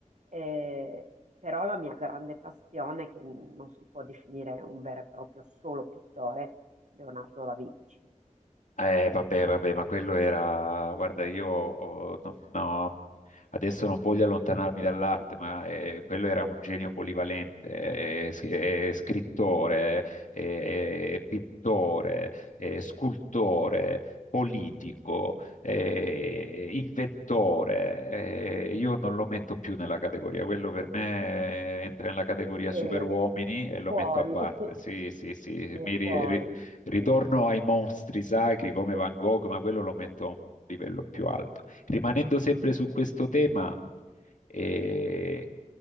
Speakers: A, on the right; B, on the left.
A: eh, però la mia grande passione, che non si può definire un vero e proprio solo pittore, Leonardo da Vinci.
B: Eh, vabbè, vabbè, ma quello era, guarda, io oh, no- no, adesso non voglio allontanarmi dall'arte, ma eh, quello era un genio polivalente, eh, s- eh, scrittore, eh, pittore, eh, scultore, politico, eh, inventore. eh, io non lo metto più nella categoria, quello per me eh, entra nella categoria
A: E,
B: superuomini e
A: e
B: lo
A: fuori,
B: metto a parte.
A: <laughs>
B: Sì, sì, sì,
A: e
B: mi ri-
A: fuori,
B: ri- Ritorno
A: sì.
B: ai mostri sacri come Van Gogh, ma quello lo metto a un livello più alto. Rimanendo sempre su questo tema, eh,